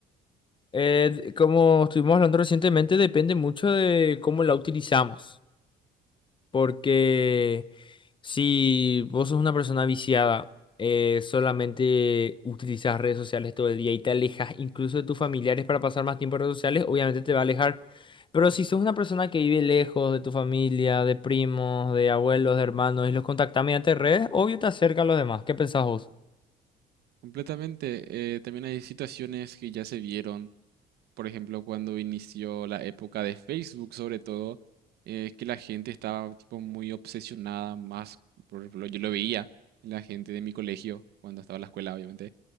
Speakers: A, on the left; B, on the right.
A: Eh, d- como estuvimos hablando recientemente, depende mucho de cómo la utilizamos. Porque si vos sos una persona viciada, eh, solamente utilizas redes sociales todo el día y te alejas incluso de tus familiares para pasar más tiempo en redes sociales, obviamente te va a alejar. Pero si sos una persona que vive lejos de tu familia, de primos, de abuelos, de hermanos y los contactas mediante redes, obvio te acerca a los demás. ¿Qué pensás vos?
B: Completamente. Eh, también hay situaciones que ya se vieron, por ejemplo, cuando inició la época de Facebook, sobre todo, eh, que la gente estaba tipo muy obsesionada, más, por ejemplo, yo lo veía en la gente de mi colegio, cuando estaba en la escuela, obviamente,